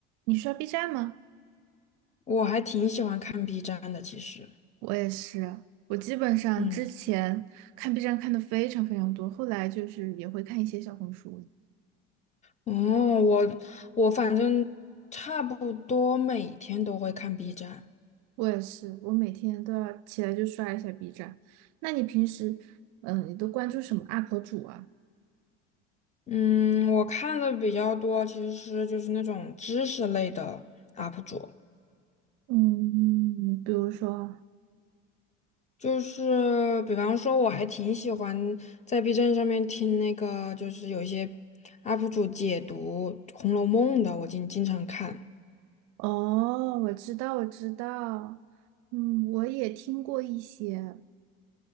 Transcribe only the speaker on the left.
我还挺喜欢看 B 站的，其实，
嗯，
哦，我我反正差不多每天都会看 B 站，
嗯，我看的比较多，其实就是那种知识类的 UP 主，
就是比方说，我还挺喜欢在 B 站上面听那个，就是有一些 UP 主解读《红楼梦》的，我经经常看。